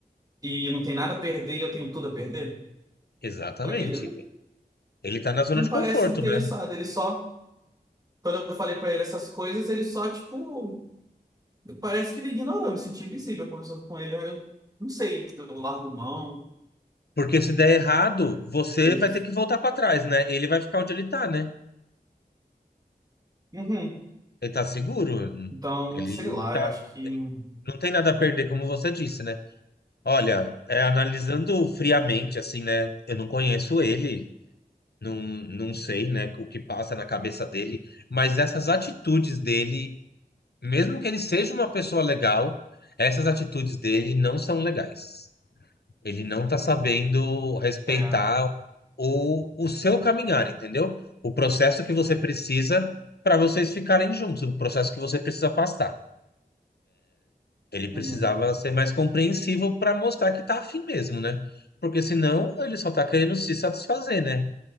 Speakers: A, on the right; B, on the left.
A: e não tem nada a perder e eu tenho tudo a perder.
B: Exatamente.
A: Só que ele não,
B: Ele tá na zona
A: não
B: de
A: parece
B: conforto,
A: interessado,
B: né?
A: ele só. Quando eu falei pra ele essas coisas, ele só, tipo, Parece que ele ignorou, me senti invisível conversando com ele. aí Eu não sei, eu largo mão.
B: Porque se der errado, você
A: fez-
B: vai ter que voltar pra trás, né? Ele vai ficar onde ele tá, né?
A: Uhum.
B: Ele tá seguro.
A: Então,
B: Ele
A: sei lá,
B: tá...
A: eu acho que. Uhum.
B: não tem nada a perder, como você disse, né? Olha, é, analisando friamente, assim, né? Eu não conheço ele, não, não sei, né? O que passa na cabeça dele, mas essas atitudes dele, mesmo que ele seja uma pessoa legal, essas atitudes dele não são legais. Ele não está sabendo respeitar
A: É,
B: o, o seu caminhar, entendeu? O processo que você precisa para vocês ficarem juntos, o processo que você precisa passar. Ele precisava
A: uhum.
B: ser mais compreensivo para mostrar que tá afim mesmo, né? Porque senão ele só tá querendo se satisfazer, né?